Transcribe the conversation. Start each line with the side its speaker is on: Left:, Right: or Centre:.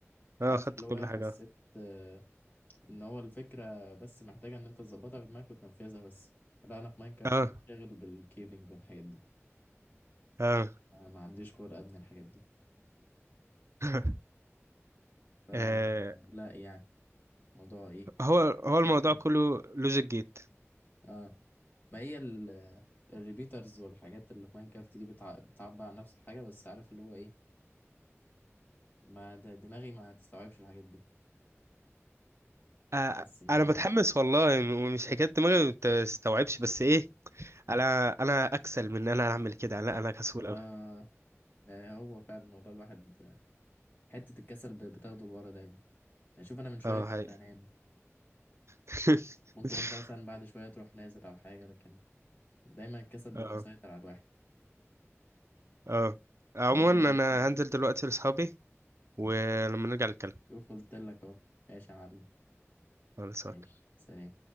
Right: اه
Left: عارف
Right: خدت
Left: اللي
Right: كل
Left: هو ايه حسيت
Right: حاجة
Left: آه، ان هو الفكرة بس محتاجة ان انت تظبطها في دماغك وتنفذها بس لا انا في ماينكرافت
Right: اه
Left: بنشغل بالكيفنج والحاجات دي
Right: اه
Left: أنا ما عنديش خلق ابني الحاجات دي
Right: <laughs>
Left: فلا
Right: آه،
Left: يعني موضوع ايه
Right: هو هو
Left: محتاج
Right: الموضوع
Left: مخ.
Right: كله لوجيك جيت
Left: اه ما هي ال الريبيترز والحاجات اللي في ماينكرافت دي بتع... بتعبر عن نفس الحاجة بس عارف اللي هو ايه ما ده دماغي ما تستوعبش الحاجات دي
Right: آه
Left: بس ان
Right: انا
Left: انا
Right: متحمس والله مش حكاية دماغي ما تستوعبش بس ايه انا انا اكسل من ان انا اعمل كده لا انا كسول قوي
Left: آه يعني هو فعلا والله الواحد حتة الكسل ب- بتاخده لورا دايما يعني شوف أنا من شوية
Right: اه
Left: كنت
Right: هاي
Left: أنام
Right: <laughs>
Left: ممكن أنت مثلا بعد شوية تروح نازل أو حاجة لكن دايما الكسل بيبقى
Right: اه
Left: مسيطر على الواحد
Right: اه عموما
Left: كده قول لي بقى أنت
Right: انا هنزل دلوقتي لاصحابي ولما نرجع نتكلم
Left: شوف قلت لك أهو ماشي يا معلم
Right: خلاص أوكي.
Left: ماشي سلام